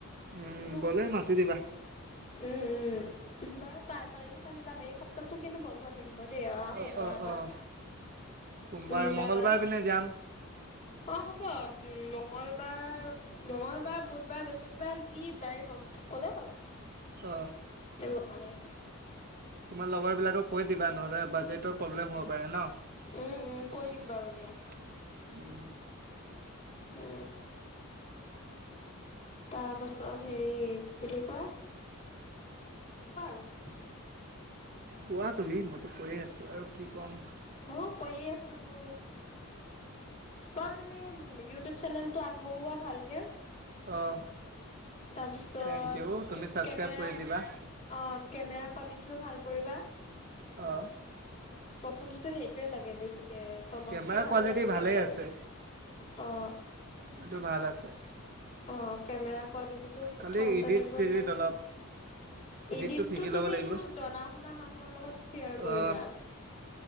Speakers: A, on the right (about 45°); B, on the left (about 35°).
A: উম,
B: সুধো
A: গ'লে
B: উম,
A: মাতি দিবা।
B: উম। বাৰু তা-তাৰিখ এটা মিলাবা, এই সপ্তাহটো কিন্তু বন্ধ হৈ থাকিব হব দেই, অহা সোমবাৰ
A: অ' অ'
B: পৰা
A: অ' সোমবাৰ
B: মিলাবা।
A: মংগলবাৰ পিনে যাম
B: অ হ'ব। উ, মঙলবাৰ আও মঙলবাৰ, বুধবাৰ বাৰ, বৃহস্পতিবাৰ, যি বাৰেই হওক, গ'লে হ'ল।
A: অ'
B: <inaudible>
A: তোমাৰ লগৰ বিলাকক কৈ দিবা, নহ'লে বা <unintelligible> প্ৰব্লেম হব পাৰে ন? উ,
B: উম উম কৈ
A: উ,
B: দিম বাৰু
A: কৈ
B: দিয়া
A: দিম বাৰু দিয়া।
B: উ, তাৰপাছত <unintelligible> কি বুলি কয়? <inaudible>
A: কোৱা তুমি, মইতো কৈয়ে আছো, আৰু কি ক'ম?
B: ম‌ও কৈয়ে আছোঁ, বাৰু তুমি ইউটিউব চেনেলটো আগবঢ়োৱা ভালকে।
A: অ'
B: তাৰপিছত
A: থেংক ইউ তুমি ছাবস্ক্ৰাইব
B: কেমেৰা,
A: কৰি দিবা
B: অ, কেমেৰা কোৱালিটিটো ভাল কৰিবা।
A: অ'
B: প্ৰথমটোতো সেইটোয়ে লাগে বেছিক চবতছে
A: কেমেৰা
B: ভাল
A: কোৱালিটি
B: লাগে,
A: ভালেই
B: কেমেৰা,
A: আছে
B: অ'।
A: এইটো ভাল আছে
B: অ', কেমেৰা কোৱালিটিতো প্ৰথমতে
A: খালি ইডিট
B: লাগিব
A: চিডিট
B: ভাল।
A: অলপ ইডিটটো
B: এডিটটো
A: শিকি ল'ব
B: তুমি,
A: লাগিব।
B: এইটো জনা-শুনা মানুহৰ লগত শ্বেয়াৰ কৰিবা।
A: অ